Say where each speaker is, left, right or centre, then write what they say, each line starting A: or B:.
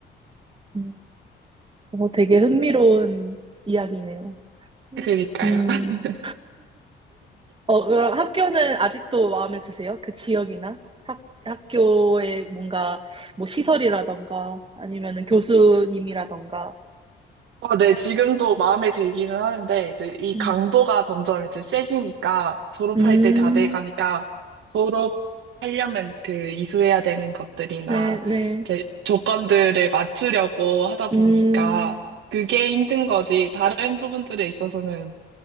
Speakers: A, on the right (about 25°); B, on the right (about 80°).
A: 음. 어, 되게 흥미로운 이야기네요. 음.
B: 그니까요.
A: 음,
B: <laughs>
A: 어, 그럼 학교는 아직도 마음에 드세요? 그 지역이나 학, 학교의 뭔가 뭐 시설이라던가 아니면은 교수님이라던가.
B: 어, 네, 지금도 마음에 들기는 하는데, 이제 이
A: 음,
B: 강도가 점점 이제 세지니까, 졸업할
A: 음,
B: 때 다 돼가니까, 졸업하려면 그 이수해야 되는 것들이나,
A: 네, 네.
B: 이제 조건들을 맞추려고 하다 보니까,
A: 음,
B: 그게 힘든 거지, 다른 부분들에 있어서는